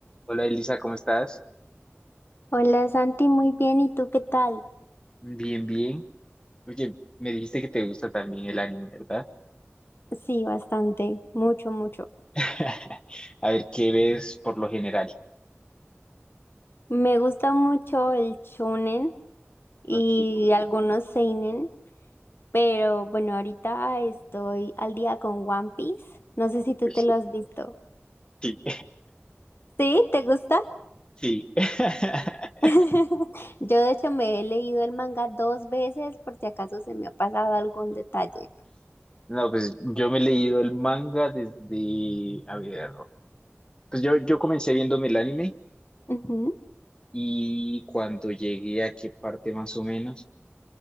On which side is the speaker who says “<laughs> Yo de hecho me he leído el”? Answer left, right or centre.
Left